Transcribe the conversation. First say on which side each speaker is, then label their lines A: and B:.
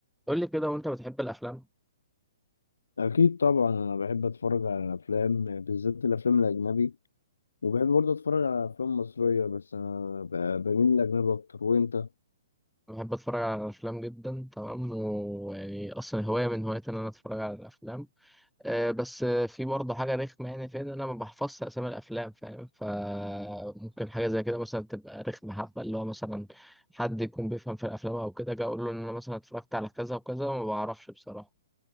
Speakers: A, in the centre; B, on the left (about 65°).
A: قول لي كده وانت بتحب الافلام
B: أكيد طبعا أنا بحب أتفرج على الأفلام بالذات الأفلام الأجنبي وبحب برضه أتفرج على أفلام مصرية بس أنا ب- بميل للأجنبي أكتر وأنت؟
A: أنا بحب اتفرج على الافلام جدا تمام ويعني اصلا هوايه من هواياتي ان انا اتفرج على الافلام أه بس آه، في برضه حاجه رخمه يعني فين انا ما بحفظش اسامي الافلام فاهم فممكن حاجه زي كده مثلا تبقى رخمه حبه اللي هو مثلا حد يكون بيفهم في الافلام او كده جا اقول له ان انا مثلا اتفرجت على كذا وكذا وما بعرفش بصراحه